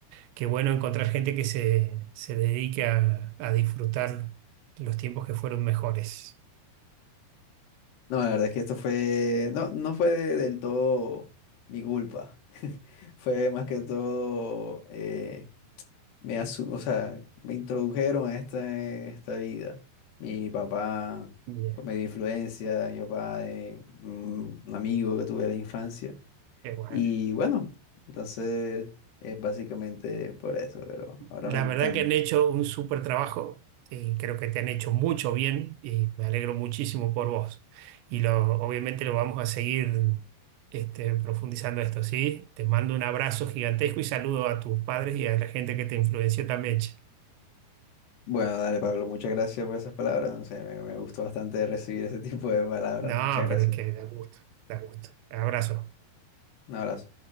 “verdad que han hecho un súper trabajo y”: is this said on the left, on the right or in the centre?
Right